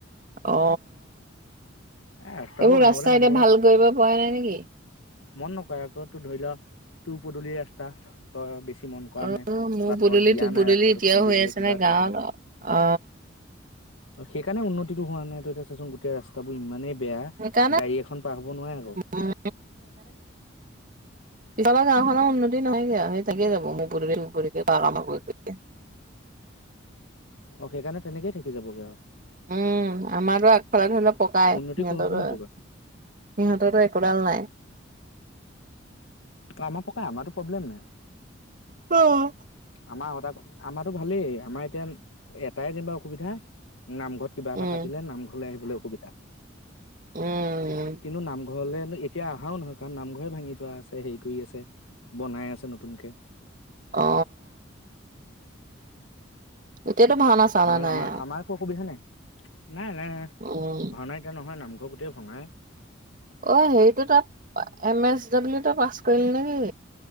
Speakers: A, on the right; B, on the left.
A: অ
B: এ ৰাস্তাও
A: এইবোৰ
B: বনাবলৈ
A: ৰাস্তা
B: মানুহবোৰকে
A: এতিয়া ভাল কৰিব পৰা নাই নেকি
B: মন নকৰে আকৌ তোৰ ধৰি লোৱা তোৰ পদূলি ৰাস্তা তই বেছি মন কৰা
A: অ
B: নাই
A: মোৰ
B: বা
A: পদূলি
B: তই দিয়া
A: তোৰ
B: নাই
A: পদূলি
B: ৰাস্তাটো
A: এতিয়াও
B: খান্দিবলৈ
A: হৈ আছে
B: কিবা
A: নে গাঁৱত
B: কৰিবলৈ
A: অ
B: আৰু সেইকাৰণে উন্নতিটো হোৱা নাই ত এতিয়া চাচোন গোটেই ৰাস্তাবোৰ ইমানেই বেয়া
A: সেইকাৰণে
B: গাড়ী এখন পব নোৱাৰে আক'
A: উম আমাৰ গাঁওখনৰ উন্নতি নহয়গে আউ সেই তাকে যাব মো <unintelligible>
B: অ সেইকাৰণে তেনেকেই থাকি যাবগে আৰু।
A: উম আমাতো আগফালে ধৰিল পকাই,
B: উন্নতি
A: সিহঁতৰ
B: কোনোদিন
A: সিহঁততো
B: হ'বগৈ
A: একোডাল নাই।
B: অ আমাৰ পকাই আমাৰো। পব্লেম নাই,
A: উম
B: আমাৰ আমাৰো ভালেই আমাৰ এতিয়া এটাই যেনিবা অসুবিধা নামঘৰত কিবা
A: উম
B: এটা পাতিলে নামঘৰলৈ আহিবলৈ অসুবিধা।
A: উম
B: কিনো নাম। ঘৰলে এতিয়া অহাও নহয় কাৰণ নামঘৰে ভাঙি থোৱা আছে হেৰি কৰি আছে বনাই আছে নতুনকে।
A: অ এতিয়াতো ভাওনা চাওনা
B: হয়
A: নাই
B: আমাৰ
A: আৰু
B: আমাৰ একো অসুবিধা নাই। নাই নাই
A: উম
B: ভাওনা এতিয়া নহয় নামঘৰ গোটেই ভাঙাই
A: অ হেৰিটো তাত এম এছ ডাব্লিউ ত পাছ কৰিল নেকি